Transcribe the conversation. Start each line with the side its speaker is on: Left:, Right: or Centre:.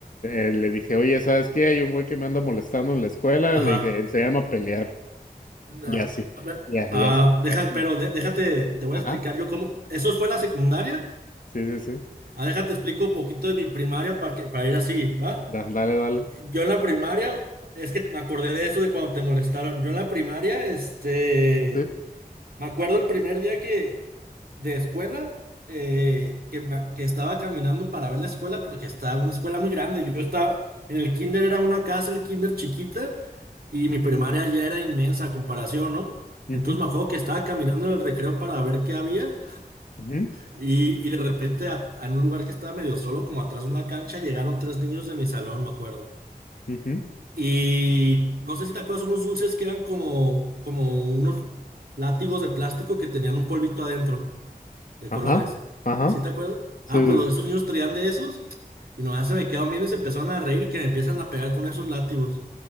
Left: eh, eh, le dije, oye, ¿sabes qué? Hay un güey que me anda molestando en la escuela,
Right: ajá.
Left: le dije, se llama pelear,
Right: Ah,
Left: ya sí,
Right: a ver,
Left: ya,
Right: ah,
Left: ya sí,
Right: deja,
Left: ya sí,
Right: pero de- déjate, te voy
Left: ajá,
Right: a explicar yo cómo. ¿Eso fue la secundaria?
Left: sí, sí, sí,
Right: Ah, déjate explico un poquito de mi primaria para que, para ir así, ¿va?
Left: Da- dale, dale,
Right: Yo en la primaria, es que me acordé de eso de cuando te molestaron. Yo en la primaria, este,
Left: sí,
Right: me acuerdo el primer día que, de escuela, eh, que, ma- que estaba caminando para ver la escuela porque estaba una escuela muy grande. Yo estaba, en el kinder era una casa, el kinder chiquita, y mi primaria ya era inmensa a comparación, ¿no?
Left: ujú,
Right: Entonces me acuerdo que estaba caminando en el recreo para ver qué había.
Left: ujú,
Right: Y, y de repente a, a un lugar que estaba medio solo, como atrás de una cancha, llegaron tres niños de mi salón, me acuerdo.
Left: ujú,
Right: Y no sé si te acuerdas unos dulces que eran como, como unos látigos de plástico que tenían un polvito adentro de
Left: ajá,
Right: colores.
Left: ajá,
Right: ¿Sí te acuerdas?
Left: sí,
Right: Ah, pues los,
Left: sí, sí.
Right: esos niños traían de esos y nomás se me quedaron bien y se empezaron a reír y que me empiezan a pegar con esos látigos.